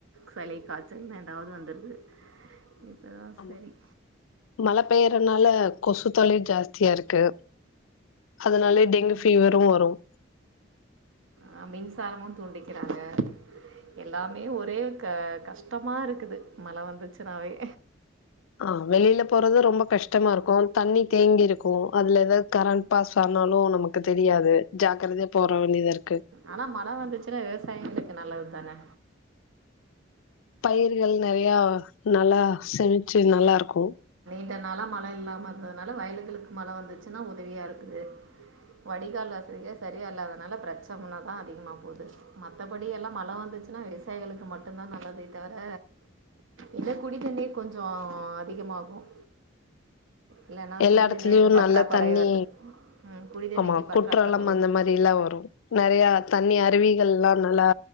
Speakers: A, on the right (about 85°); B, on the left (about 85°).
A: சலி காய்ச்சலன்னு ஏதாவது வந்துடுது இப்போ தான்
B: ஆமா
A: சரி
B: மழை பெய்யறதுனால கொசு தொலையும் ஜாஸ்தியா இருக்கு அதனாலே டெங்கு பீவரும் வரும்
A: ஆ மின்சாரமும் தூண்டிக்கிறாங்க எல்லாமே ஒரே க கஷ்டமா இருக்குது மழ வந்துச்சுன்னாவே
B: ஆ வெளியல போறது ரொம்ப கஷ்டமா இருக்கும் தண்ணி தேங்கிருக்கும் அதுல ஏதாவது கரண்ட் பாஸ் அனாலும் நமக்கு தெரியாது ஜாக்கிரதைய போராவணித இரு
A: ஆனா மழ வந்துச்சுன்னா விவசாயிங்களுக்கு நல்லது தானே
B: பயிர்கள் நெறைய நல்லா செமிச்சு இ து நல்லா இருக்கும்
A: இதனாலா மழ இல்லாம இருந்ததுனால வயலுகளுக்கு மழ வந்துச்சுன்னா உதவியா இருக்குது வடிகால ச சரிய அல்லதுனால பிரச்சனம் தான் அதிகமாகும் போது மத்தபடி எல்லாம் மழ வந்துச்சுன்னா விவசாயிகளுக்கு மட்டுும் தான் நல்லதே தவிர இன்ன குடித்தண்ணீர் கொஞ்சம் அதிகமாகும் இல்லைன்னா
B: எல்லா
A: குடி
B: இடத்துலயும்
A: தண்ணீருக்கு பற்றாக்குறை
B: நல்ல தண்ணி
A: வருது ம், குடி தண்ணிக்கு
B: ஆமா
A: பற்றாக்குறை
B: குற்றாலம்
A: வரும்
B: அந்த மாரில்லாம் வரும் நிறைய தண்ணி அருவிகள் எல்லாம் நல்லா